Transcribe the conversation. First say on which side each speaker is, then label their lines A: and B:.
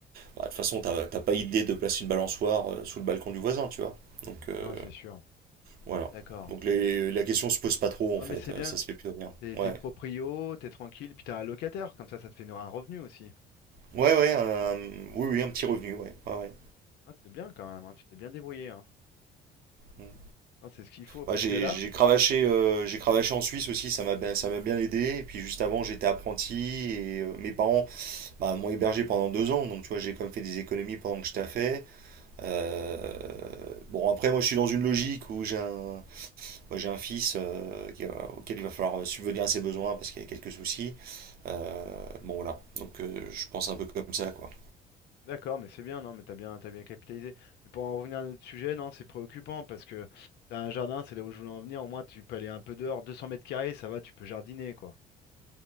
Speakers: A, on the right; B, on the left.
A: bah, de toute façon, t'as t'as pas idée de placer une balançoire euh, sous le balcon du voisin, tu vois. Donc, euh,
B: Non, c'est sûr.
A: voilà.
B: D'accord.
A: Donc, les- la question se pose pas trop,
B: Non,
A: en fait,
B: mais c'est
A: euh,
B: bien.
A: ça se fait plutôt bien.
B: T'es t'es
A: Ouais.
B: proprio, t'es tranquille, puis t'as un locataire, comme ça ça te fait une- un revenu aussi.
A: Ouais, ouais, un- oui, oui, un petit revenu, ouais. Ouais, ouais.
B: Ah, c'est bien quand même, hein, tu t'es bien débrouillé. hein.
A: Mm.
B: Ah, c'est ce qu'il faut, parce
A: Ouais, j'ai
B: que là,
A: j'ai cravaché, euh, j'ai cravaché en Suisse aussi, ça m'a bien- ça m'a bien aidé. Et puis juste avant, j'étais apprenti et euh, mes parents bah, m'ont hébergé pendant deux ans. Donc tu vois, j'ai quand même fait des économies pendant que je taffais. Euh, bon, après, moi je suis dans une logique où j'ai un, moi, j'ai un fils euh, qui va- auquel il va falloir euh, subvenir à ses besoins parce qu'il y a quelques soucis. Euh, bon, voilà. Donc euh, je pense un peu comme ça, quoi.
B: d'accord, mais c'est bien, non, mais t'as bien, t'as bien capitalisé. Mais pour en revenir à notre sujet, non, c'est préoccupant, parce que t'as un jardin, c'est là où je voulais en venir, au moins tu peux aller un peu dehors, Deux cents mètres carrés, ça va, tu peux jardiner, quoi.